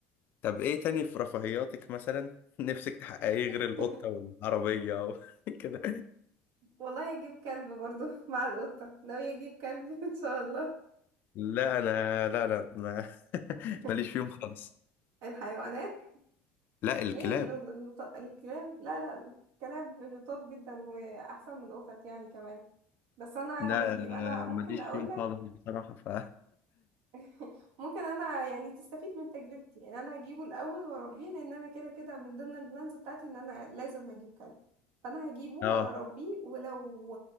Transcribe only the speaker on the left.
طب ايه تاني في رفاهياتك مثلا <laughs> نفسك تحققيه غير
القطة والعربية و- <laughs> كده
لا انا لا لا ما <laughs>
ماليش فيهم خالص
لا الكلاب
لا
أنا
ماليش
فيهم
خالص بصراحة ف
اه